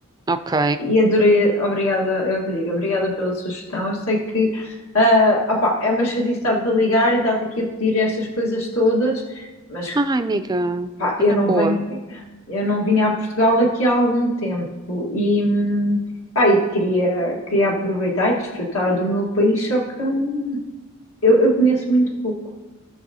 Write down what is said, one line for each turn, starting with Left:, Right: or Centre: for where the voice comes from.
Right: Ok.
Left: E adorei, obrigada, é o que eu digo, obrigada pela sugestão. Eu sei que ah, opá, é uma chatice estar-te a ligar e estar-te aqui a pedir estas coisas todas, mas
Right: Ai, amiga,
Left: pá,
Right: é
Left: eu
Right: na
Left: não
Right: boa.
Left: venho, eu não vim a Portugal aqui há algum tempo e, hum, pá, e queria, queria aproveitar e desfrutar do meu país, só que hum, eu, eu conheço muito pouco.